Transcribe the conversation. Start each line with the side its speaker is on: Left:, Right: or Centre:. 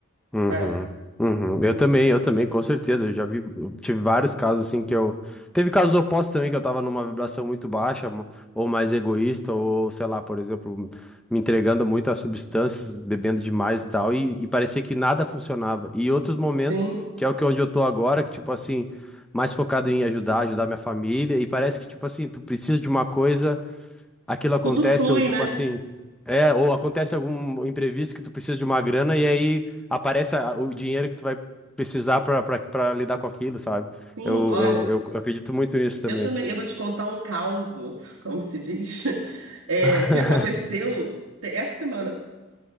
Centre: Uhum,
Right: sabe?
Centre: uhum. Eu
Right: Não
Centre: também, eu também, com certeza. Eu já vi, eu tive vários casos assim que eu. Teve casos opostos também, que eu tava numa vibração muito baixa, mo- ou mais egoísta, ou sei lá, por exemplo, me entregando muito a substâncias, bebendo demais e tal, e, e parecia que nada funcionava. E outros momentos,
Right: tem,
Centre: que é o que onde eu tô agora, que tipo assim, mais focado em ajudar, ajudar minha família, e parece que tipo assim, tu precisa de uma coisa aquilo acontece,
Right: tudo flui,
Centre: ou tipo
Right: né?
Centre: assim, é, ou acontece algum imprevisto que tu precisa de uma grana e aí aparece a- o dinheiro que tu vai precisar pra pra- pra lidar com aquilo, sabe?
Right: Sim,
Centre: Eu,
Right: olha,
Centre: eu, eu acredito muito nisso também.
Right: eu também, eu vou te contar um causo, <laughs> como se diz, <laughs> é,
Centre: <laughs>
Right: que aconteceu te- essa semana.